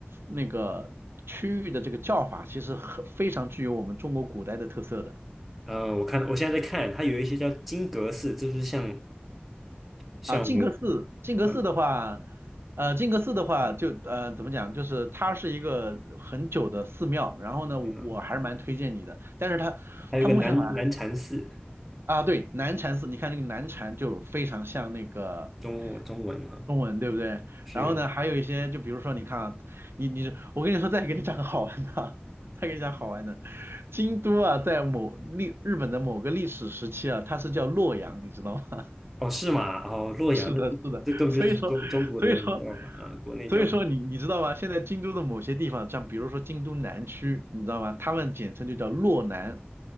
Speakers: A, on the right; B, in the centre.
A: 那个区域的这个叫法，其实很非常具有我们中国古代的特色的。
B: 呃，我看到，我现在在看，它有一些叫金阁寺，这就是像像我们，
A: 啊，靖格寺，靖格寺的话，
B: 嗯
A: 呃，靖格寺的话就，呃，怎么讲，就是它是一个很久的寺庙，然后呢，我我还是蛮推荐你的，
B: 嗯哼，
A: 但是它它目前好像还
B: 还有一个南南禅寺，
A: 啊，对，南禅寺，你看那个南禅就非常像那个
B: 中文中文啊，
A: 中文，对不对？
B: 是，
A: 然后呢，还有一些，就比如说你看啊，你你我跟你说，再给你讲个好玩的啊，<laughs> 再给你讲好玩的，京都啊，在某历日本的某个历史时期啊，它是叫洛阳，你知道吗？
B: 哦，是吗？哦，洛阳，
A: 是的，
B: 那这这根本就是中中国的叫法啊，
A: 是的，所以说，所以说，
B: 国内叫法
A: 所以说你你知道吗？现在京都的某些地方，像比如说京都南区，你知道吗？他们简称就叫洛南，